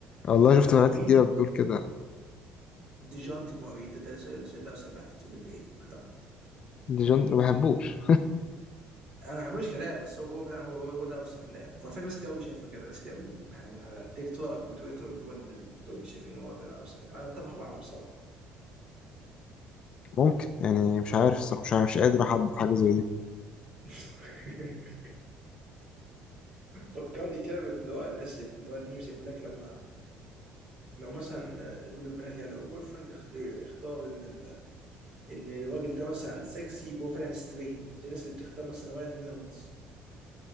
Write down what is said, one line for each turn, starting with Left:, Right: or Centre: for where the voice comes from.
Left: والله شفت
Right: عارف
Left: بنات
Right: مين
Left: كتيره بتقول كده
Right: ديجونتي موري ده ده ده, ده, ده اوسم لاعب في الام بي اي اعتقد
Left: دي جون ما بحبوش
Right: انا ما بحبوش كلاعب بس هو هو فعلا هو هو ده اوسم لاعب وعلى فكره ناس كتير قوي شايفه كده ناس كتير يعني على تيك توك وتويتر اللي هو اللي دول شايفين ان هو فعلا اوسم لاعب انا اتفق معاهم صح
Left: ممكن يعني مش عارف الصراحه مش عارف مش قادر احدد حاجه زي دي
Right: <laughs> فكرني كده اللي هو الناس اللي هو الميمز يقول لك لما لو مثلا بيقولوا البنات يعني لو بوي فريند اختار ان ال... ان الراجل ده مثلا سكسي يبقى هو فعلا ستريت زي الناس اللي بتختار مثلا راين رينولدز